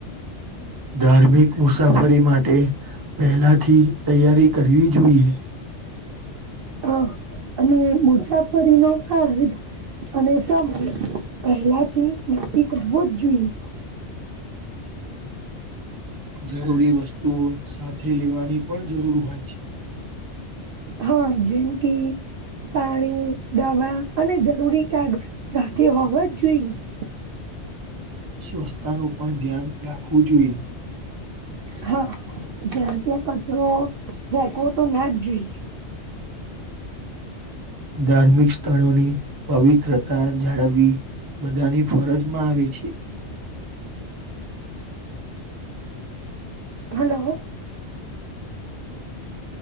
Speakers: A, on the right; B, on the right.
A: ધાર્મિક મુસાફરી માટે પહેલાથી તૈયારી કરવી જોઈએ
B: હ, અને મુસાફરી નો ભાર અને સમય પહેલાથી નક્કી કરવોજ જોઈએ
A: જરૂરી વસ્તુઓ સાથે લેવાની પણ જરૂર હોય છે.
B: હા, જેમકી પાણી દવા અને જરૂરી કાગળ સાથે હોવા જ જોઈએ
A: સ્વસ્ થતાનુ, પણ ધ્યાન રાખવું જોઈએ
B: હા, જ્યા ત્યા કચરો ફેકોવો તો ના જ જોઈ
A: ધાર્મિક સ્થળોની પવિત્રતા જાળવવી બધાની ફરજમાં આવે છે
B: હલો